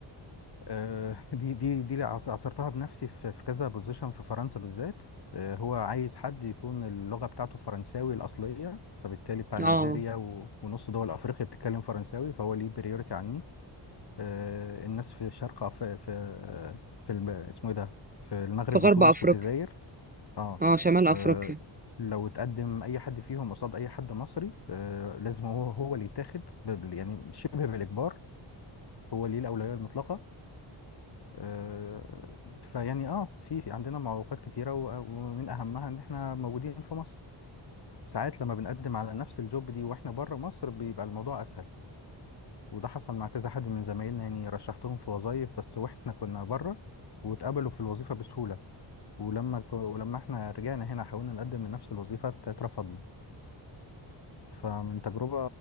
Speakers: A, on the left (about 55°); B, on the right (about 20°).
A: آه، دي دي دي اللي عص- عصرتها بنفسي في في كذا بوزيشن في فرنسا بالذات آه، هو عايز حد يكون اللغه بتاعته فرنساوي الاصليه فبالتالي بتاع نيجيريا
B: اه
A: و- ونص دول افريقيا بتتكلم فرنساوي فهو ليه بريورتي عني آه، الناس في شرق أف- في في الم- اسمه ايه ده في المغرب
B: في غرب
A: وتونس
B: افريقيا
A: والجزائر اه
B: اه شمال
A: آه،
B: افريقيا
A: لو اتقدم اي حد فيهم قصاد اي حد مصري آه، لازم هو هو اللي يتاخد ب- بال- يعني شبه بالاجبار هو اللي ليه الاولويه المطلقه آه، فيعني اه في في عندنا معوقات كتيره و- ومن اهمها ان احنا موجودين في مصر ساعات لما بنقدم على نفس الجوب دي واحنا بره مصر بيبقى الموضوع اسهل وده حصل مع كذا حد من زمايلنا يعني رشحتهم في وظايف بس واحنا كنا بره واتقبلوا في الوظيفه بسهوله ولما ك- ولما احنا رجعنا هنا حاولنا نقدم لنفس الوظيفه اترفضنا فمن تجربة